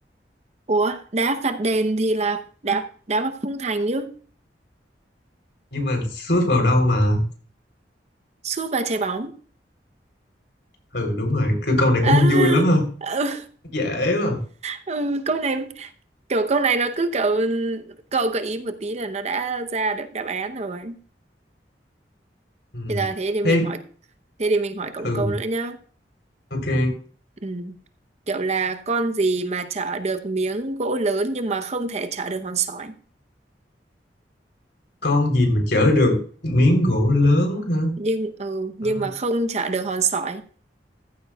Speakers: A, on the right; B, on the left.
A: Ủa, đá phạt đền thì là đá đá vào khung thành chứ,
B: nhưng mà sút vào đâu mà
A: sút vào trái bóng.
B: ừ đúng rồi cứ câu này
A: À,
B: cũng không vui lắm ha
A: ừ,
B: dễ mà
A: ừ, câu này kiểu câu này nó cứ kiểu cậu gợi ý một tí là nó đã ra được đáp án rồi.
B: ừ
A: Bây giờ thế thì
B: thế
A: mình hỏi thế thì mình hỏi cộng
B: ừ
A: câu nữa nhá.
B: ok
A: Ừ. Kiểu là con gì mà chở được miếng gỗ lớn nhưng mà không thể chở được hòn sỏi.
B: con gì mà chở được miếng gỗ lớn hả
A: Nhưng ừ, nhưng
B: Ờ,
A: mà không chở được hòn sỏi.